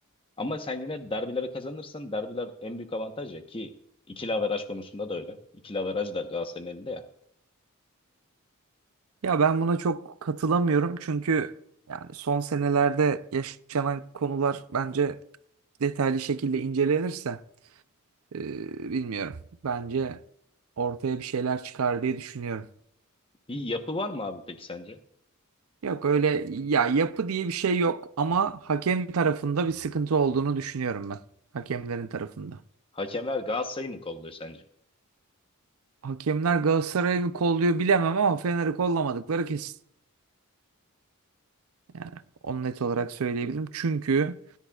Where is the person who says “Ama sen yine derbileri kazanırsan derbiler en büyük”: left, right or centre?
Left